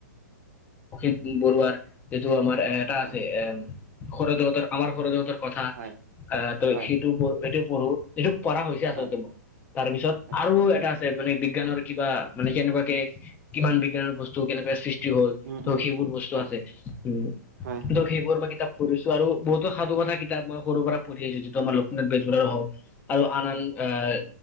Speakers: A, on the left; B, on the right.
A: অখিল বৰুৱাৰ যিটো আাৰ এটা
B: হয়
A: আছে এ সৌৰজগতৰ আমাৰ সৌৰজগতৰ কথা
B: হয়
A: আহ ত
B: হয়
A: সেইটো প সেটো পঢ়ো এইটো পঢ়া হৈছে আচলতে
B: হয়
A: মোৰ তাৰ পিছত
B: আচ্ছা
A: আৰু এটা আছে মানে বিজ্ঞানৰ কিবা মানে কেনেকুৱাকে কিমান বিজ্ঞানৰ বস্তু কেনেকুৱাকে সৃষ্টি হ
B: উম,
A: ত
B: উম,
A: সেইবোৰ বস্তু
B: হয়।
A: আছে। উ
B: হয়,
A: ধ সেইবোৰ মই কিতাপ পঢ়িছো আৰু বহুতো সাধু কথা কিতাপ মই সৰু পৰা পঢি আহছো যিটো আমাৰ লক্ষ্মীনাথ বেজবৰুৱাৰ হওক আৰু আন আন আহ